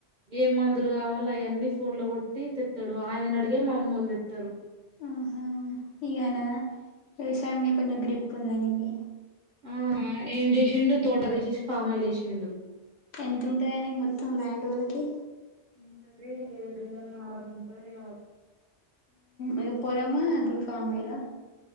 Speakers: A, on the right; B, on the left.
A: ఏం మందులు కావాల అయ అన్నీ ఫోన్ లో కొట్టి తెత్తాడు ఆయన అడిగే మా అమ్మళ్లు తెత్తారు
B: ఆహా ఇగనా వ్యవసాయ మీద కొంచెం గ్రిప్ ఉందిానికి
A: ఆ ఏం చేసిిడు తోట తీ చేేసి ఫమాలుసిిడు
B: ఎంత ఉంటది కాని మొత్తం ల్యాండ్ వాళ్ళకి
A: ఇంతది ఏడు వేల ఆరు ఉంటాయి ఆ
B: ఇక పొలమా అప్పుడు ఫమలా